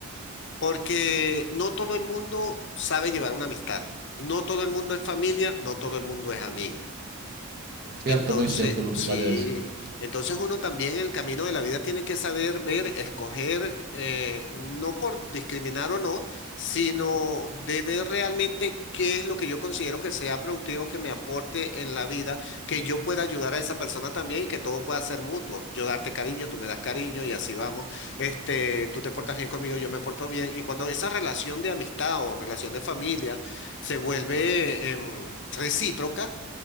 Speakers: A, on the left (about 60°); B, on the right (about 45°).
A: porque no todo el mundo sabe llevar una amistad, no todo el mundo es familia, no todo el mundo es amigo.
B: cierto,
A: Entonces,
B: muy cierto lo
A: sí,
B: que acabas de decir.
A: entonces uno también en el camino de la vida tiene que saber ver, escoger, eh, no por discriminar o no, sino de ver realmente qué es lo que yo considero que sea productivo, que me aporte en la vida, que yo pueda ayudar a esa persona también y que todo pueda ser mutuo. Yo darte cariño, tú me das cariño y así vamos. Este, tú te portas bien conmigo, yo me porto bien. Y cuando esa relación de amistad o relación de familia se vuelve, em, recíproca,